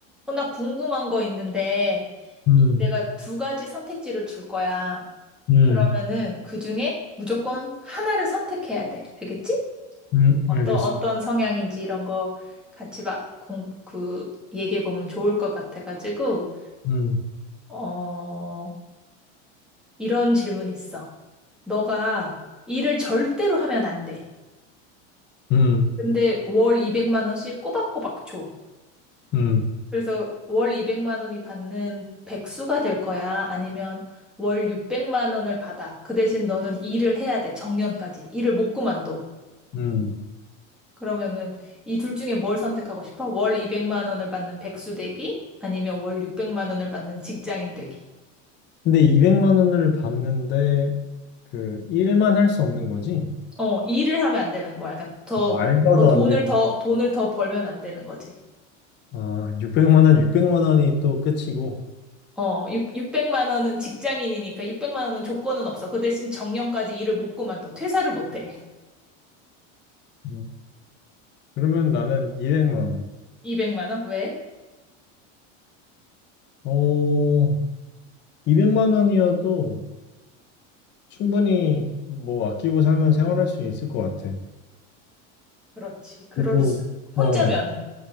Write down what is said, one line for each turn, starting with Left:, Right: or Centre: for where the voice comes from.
Centre: 어, 나 궁금한 거 있는데,
Left: 음,
Centre: 이- 내가 두 가지 선택지를 줄 거야.
Left: 음,
Centre: 그러면은 그 중에 무조건 하나를 선택해야 돼. 알겠지?
Left: 음,
Centre: 어떤,
Left: 알겠어.
Centre: 어떤 성향인지 이런 거 같이 막 공, 그, 얘기해 보면 좋을 것 같아가지고,
Left: 음,
Centre: 어, 이런 질문이 있어. 너가 일을 절대로 하면 안 돼.
Left: 음,
Centre: 근데 월 200만 원씩 꼬박꼬박 줘.
Left: 음,
Centre: 그래서 월 200만 원이 받는 백수가 될 거야? 아니면 월 600만 원을 받아. 그 대신 너는 일을 해야 돼. 정년까지. 일을 못 그만둬.
Left: 음.
Centre: 그러면은 이 둘 중에 뭘 선택하고 싶어? 월 200만 원을 받는 백수 되기? 아니면 월 600만 원을 받는 직장인 되기?
Left: 근데 200만 원을 받는데 그 일만 할 수 없는 거지?
Centre: 어, 일을 하면 안 되는 거야. 그러니까 더,
Left: 뭐 알바도
Centre: 더 돈을
Left: 안 되고.
Centre: 더, 돈을 더 벌면 안 되는 거지.
Left: 아, 600만 원, 600만 원이 또 끝이고.
Centre: 어, 육 600만 원은 직장인이니까 600만 원은 조건은 없어. 그 대신 정년까지 일을 못 그만둬. 퇴사를 못 해.
Left: 음, 그러면 나는 200만 원.
Centre: 200만 원? 왜?
Left: 어, 200만 원이어도 충분히 뭐 아끼고 살면 생활할 수 있을 것 같아.
Centre: 그렇지. 그럴
Left: 그리고,
Centre: 수. 혼자면은.
Left: 어,